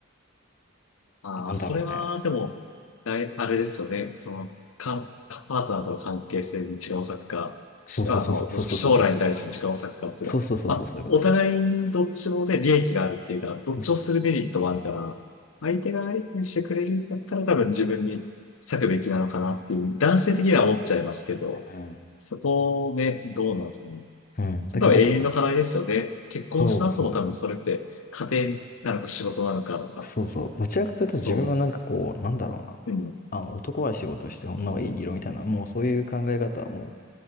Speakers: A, on the left (about 75°); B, on the left (about 40°).
A: ああ、
B: なんだろうね。
A: それは、でも、だいあれですよね。その、か、かパートナーとの関係性に時間を割くか、しあの、
B: そうそうそうそうそうそうそうそうそういうことそういうこと。
A: どっち将来に対して時間を割くかっていうか、
B: そうそうそうそうそういうことそういう
A: まあ、お互いにどっちもで利益があるっていうか、どっちをするメリットもあるから、
B: こと。そうそう。
A: 相手が相手にしてくれるんだったら多分自分に割くべきなのかなっていう、男性的には思っちゃいますけど、
B: うん。
A: そこをね、どうなのかな。
B: うん。
A: それは永遠の課題ですよね。
B: だけどなんかこう、
A: 結婚した後も多分それって家庭なのか仕事なのかとか、
B: そうそうそうそう。そうそう。どちらかというと自分はなんかこう、
A: そう。
B: なんだろうな。
A: うん、
B: あの、男は仕事して女は家にいろみたいな、もうそういう考え方はも